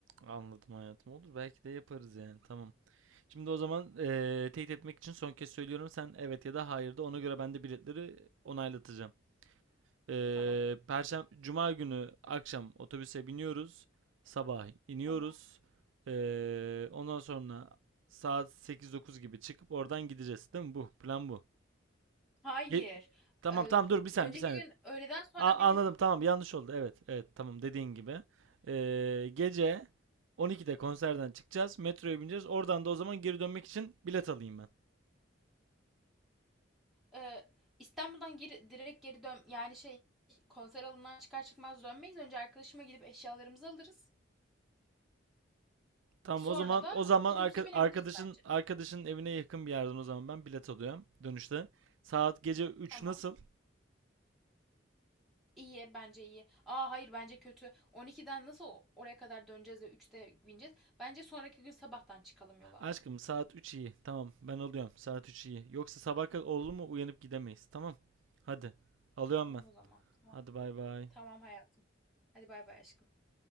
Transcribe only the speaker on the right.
Anladım hayatım. Olur belki de yaparız yani. Tamam. Şimdi o zaman e, teyit etmek için son kez söylüyorum. Sen evet ya da hayır de ona göre ben de biletleri onaylatacağım. Ee,
Perşembe, Cuma günü akşam otobüse biniyoruz. Sabah iniyoruz.
Ee, ondan sonra saat sekiz dokuz gibi çıkıp oradan gideceğiz. Değil mi bu? Plan bu.
Ye- tamam
tamam dur bir saniye
bir saniye.
A- anladım
tamam yanlış oldu. Evet evet tamam dediğin gibi. Ee, gece 12'de konserden çıkacağız. Metroya bineceğiz. Oradan da o zaman geri dönmek için bilet alayım ben.
Tamam
o zaman
o zaman
arka-
arkadaşın
arkadaşın evine yakın bir yerden o zaman ben bilet alıyorum dönüşte. Saat gece 3
nasıl?
Aşkım saat 3 iyi. Tamam ben alıyorum. Saat 3 iyi. Yoksa sabah kadar oldu mu uyanıp gidemeyiz. Tamam. Hadi. Alıyorum
ben.
Hadi bay bay.